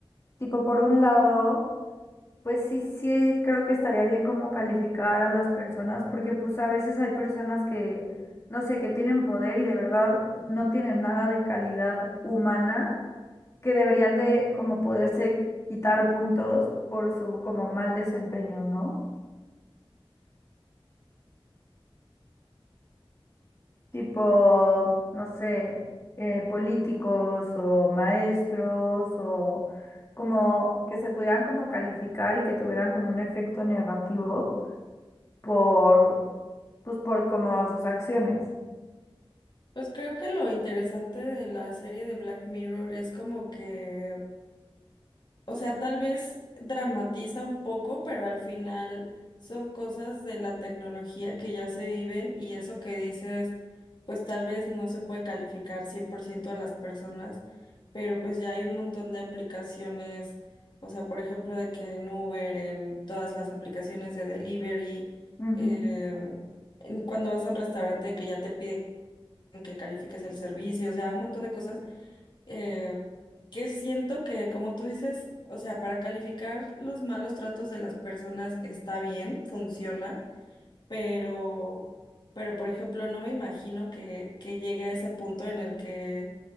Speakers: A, on the left; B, on the left.
A: tipo, por un lado, pues sí, sí, creo que estaría bien como calificar a las personas, porque pues a veces hay personas que, no sé, que tienen poder y de verdad no tienen nada de calidad humana, que deberían de como poderse quitar puntos por su como mal desempeño, ¿no? tipo, no sé, eh, políticos o maestros o como que se pudieran como calificar y que tuvieran como un efecto negativo por, pues por como sus acciones.
B: pues creo que lo interesante de la serie de Black Mirror es como que O sea, tal vez dramatiza un poco, pero al final son cosas de la tecnología que ya se viven y eso que dices, pues tal vez no se puede calificar 100% a las personas, pero pues ya hay un montón de aplicaciones, o sea, por ejemplo, de que en Uber, en todas las aplicaciones de delivery,
A: Ujú.
B: em, en cuando vas a un restaurante que ya te piden que califiques el servicio, o sea, un montón de cosas eh, que siento que, como tú dices, o sea, para calificar los malos tratos de las personas está bien, funciona, pero, pero por ejemplo, no me imagino que, que llegue a ese punto en el que